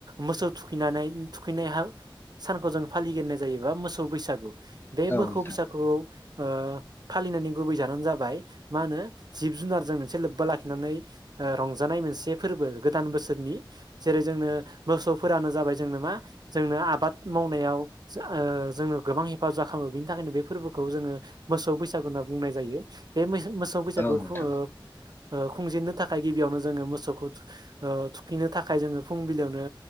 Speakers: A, on the right (about 50°); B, on the left (about 25°).
A: मोसौ थुखैनानै थुखैनायहा सानखौ जों फालिगोरनाय जायोबा मोसौ बैसागु। बे
B: औ
A: मोखौ
B: नोंथां
A: बैसागुआव ओ फालिनायनि गुबै जाहोन जाबाय मा होनो जिब जुनारजों मोनसे लोब्बा लाखिनानै ओ रंजानाय मोनसे फोरबो गोदान बोसोरनि जेरै जोंनो मोसौफोरानो जाबाय जोंनो मा जोंनो आ बाद मावनायाव जो ओ जोङो गोबां हेफाजाब खामो। बेनिथाखायनो बे फोरबोखौ जोङो मोसौ बैसागु होनना बुंनाय जायो। बे मै <unintelligible> मोसौ बैसागो
B: औ नोंथां
A: <unintelligible> ओ खुंजेननो थाखाय गिबियावनो जोङो मोसौखौ थुख ओ थुखैनो थाखाय जोङो फुंबिलियावनो